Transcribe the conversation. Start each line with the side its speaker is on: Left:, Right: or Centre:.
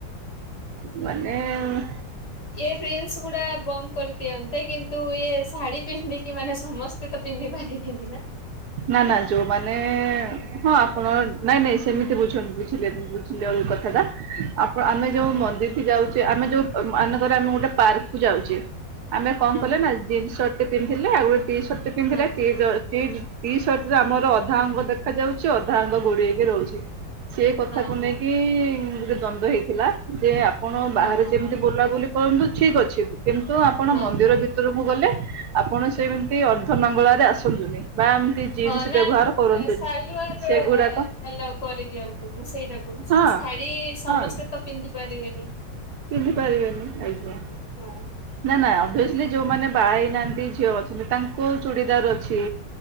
Right: ମାନେ-ଏ-ଏ
Left: ଇଏ ଫିଲସ ଗୁଡା ବନ୍ଦ କରିଦିଅନ୍ତେ କିନ୍ତୁ ଇଏ ଶାଢୀ ପିନ୍ଧିକି ମାନେ ସମସ୍ ସ୍ତେତ ପିନ୍ଧି ପାରିବେନି ନା।
Right: ନା ନା ଯୋଉମାନେ ହଁ ଆପଣ ନାଇଁ ନାଇଁ ସେମିତି ବୁଝନ୍ତି ବୁଝିଲେନି ବୁଝିଲେ ଯୋଉ କଥାଟା ଆହ ଆପଣ ଆମେ
Left: ହଁ
Right: ଯୋଉ
Left: ହଁ
Right: ମନ୍ଦିରକି ଯାଉଚେ ଆମେ ଯୋଉ ମାନେକର ଆମେ ଗୋଟେ ପାର୍କକୁୁ ଯାଉଚେ ଆମେ କଣ କଲେ
Left: ହଁ
Right: ନା ଜିନ୍ସସର୍ଟ ଟି ପିନ୍ଧିଲେ ଆଉ ଗୋଟେ ଟିସର୍ଟ ଟି ପିନ୍ଧିଲେ
Left: ହଁ
Right: ଟି ଯ ଟିଜ୍ ଟିସର୍ଟରେ ଆମର ଅଧା ଅଙ୍ଗ ଦେଖାଯାଉଚି ଅଧା ଅଙ୍ଗ ଗୋଡେଇକି ରହୁଚି। ସେ କଥାକୁ
Left: ହଁ ହଁ
Right: ନେଇକି-ଇ-ଇ
Left: ହଁ
Right: ଗୋଟେ ଦ୍ଵନ୍ଦ ହେଇଥିଲା ଯେ ଆପଣ ବାହାରେ
Left: ହଁ ହଁ
Right: ଯେମତି
Left: ହଁ
Right: ବୁଲାବୁଲି କରନ୍ତୁ ଠିକ୍ ଅଛି କିନ୍ତୁ ଆପଣ
Left: ହଁ
Right: ମନ୍ଦିର
Left: ହଁ।
Right: ଭିତରକୁ ଗଲେ ଆପଣ ସେମତି ଅର୍ଦ୍ଧ ନଙ୍ଗଳାରେ ଆସନ୍ତୁନି। ବା ଏମିତି ଜିନ୍ସ
Left: ହଁ ନା
Right: ବ୍ୟବହାର କରନ୍ତୁନି
Left: ସାଲ୍ୱାର
Right: ସେଗୁଡାକ
Left: ଏ ଏଲାଓ କରିଦିଅନ୍ତୁ ମୁଁ ସେଇଟା କହୁ ଚି
Right: ହଁ
Left: ଶାଢୀ ସମସ୍ତେ
Right: ହଁ
Left: ତ ପିନ୍ଧି ପାରିବେନି
Right: ପିନ୍ଧି ପାରିବେନି ଆଜ୍ଞା
Left: ହଁ
Right: ନା ନା ଅ ସେମତି ଯୋଉମାନେ ବାହା ହେଇନାହାନ୍ତି ଝିଅ ଅଛନ୍ତି ତାଙ୍କୁ ଚୁଡ଼ିଦାର ଅଛି।